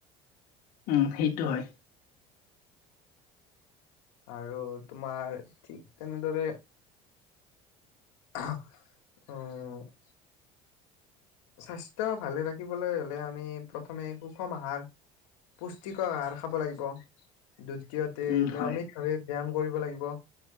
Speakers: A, on the left; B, on the left.
A: উম, সেইটো হয়।
B: আৰু তোমাৰ, ঠিক তেনেদৰে অ'। স্বাস্থ্য ভালে ৰাখিবলৈ হলে আমি প্ৰথমে সুষম আহাৰ পুষ্টিকৰ আহাৰ খাব লাগিব, দ্বিতীয়তে
A: উম
B: নিয়মিতভাৱে
A: হয়
B: ব্যায়াম কৰিব লাগিব।